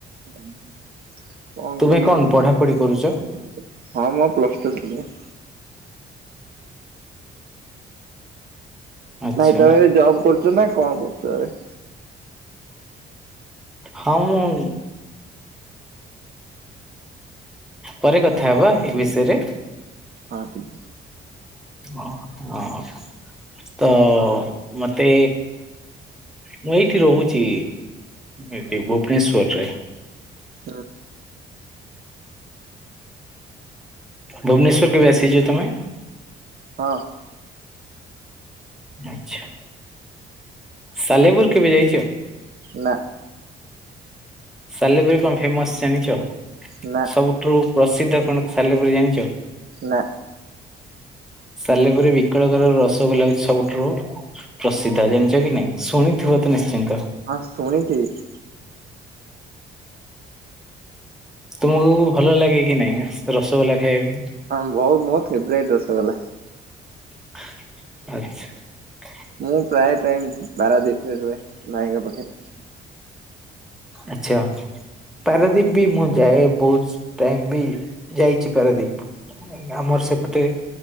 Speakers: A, on the right; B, in the centre.
A: ହୁଁ ହଁ ହୁଁ। କଣ
B: ତୁମେ
A: କହିମି
B: ପଢାପଢି କରୁଛ?
A: ହଁ ମୋ ପ୍ଲସ ଟୁ ସଇଲା <inaudible>
B: ଆଚ୍ଛା
A: ନାଇଁ ତମେ ଏ ଜବ୍ କରୁଛ ନା କଣ କରୁଚ ଏବେ?
B: ହଁ ମୁଁ ପରେ କଥା ହବା ଏ ବିଷୟରେ
A: ହଁ ଠିକ୍।
B: ହ ହଁ ତ ମତେ ମୁଁ ଏଇଠି ରହୁଛି। ଏଠି ଭୁବନେଶ୍ୱରରେ।
A: ଆ।
B: ଭୁବନେଶ୍ଵର କେବେ ଆସିଛ ତମେ?
A: ହଁ।
B: ଆଛା ସାଲେପୁର କେବେ ଯାଇଛ?
A: ନା।
B: ସାଲେପୁରୀ କଣ ଫେମସ ଜାଣିଛ?
A: ନା
B: ସବୁଠୁ ପ୍ରସିଦ୍ଧ କଣ ସାଲେପୁରୀ ଜାଣିଛ?
A: ନା।
B: ସାଲେପୁର ବିକଳକର ରସଗୋଲା ହଉଛି ସବୁଠାରୁ ପ୍ରସିଦ୍ଧ ଜାଣିଛ କି ନାଇଁ ଶୁଣିଥିବ ତ ନିଶ୍ଚିନ୍ତ।
A: ହଁ ଶୁଣିଥିବି।
B: ତୁମକୁ ଭଲ ଲାଗେ କି ନାଇଁ ରସଗୋଲା ଖାଇବା ପାଇଁ।
A: ହଁ ବଉ ମୋ ଫେବରାଇଟ୍ ରସଗଲା।
B: ଆଚ୍ଛା।
A: ମୁଁ ପ୍ରାୟ ଟାଇମ୍ ପାରାଦ୍ୱୀପ ରେ ରୁହେ ମାଇଁଙ୍କ ପାଖରେ।
B: ଆଚ୍ଛା। ପାରାଦ୍ୱୀପ ବି ମୁଁ ଯାଏ। ବହୁତ ଟାଇମ ବି ଯାଇଛି ପାରାଦ୍ୱୀପ। ଆମର ସେପଟେ